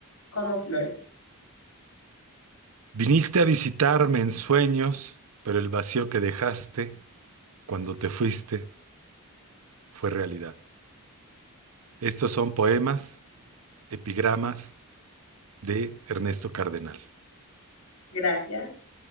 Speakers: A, on the left (about 80°); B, on the right (about 75°).
A: como flores.
B: Viniste a visitarme en sueños, pero el vacío que dejaste cuando te fuiste fue realidad. Estos son poemas, epigramas de Ernesto Cardenal.
A: Gracias.